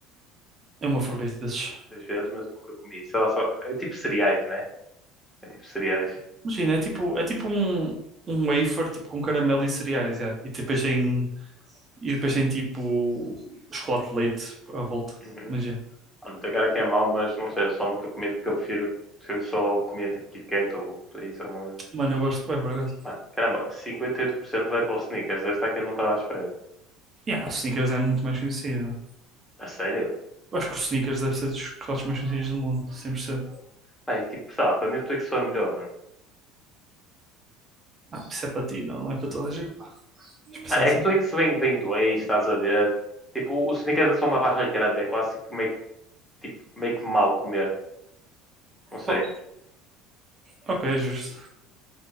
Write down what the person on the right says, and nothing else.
é o meu favorito desses.
Imagina, é tipo, é tipo um, um wafer tipo com caramelo e cereais, yeah. E depois tem, e depois tem tipo chocolate de leite à volta,
mas yeah.
Mano, eu gosto, é por acaso.
Yeah, o Snickers é muito mais conhecido.
Eu acho que o Snickers deve ser dos chocolates mais conhecidos do mundo, 100%.
Ah, isso é para ti, não, não é para toda a gente. Deixa eu pensar
assim.
Oh, ok, justo.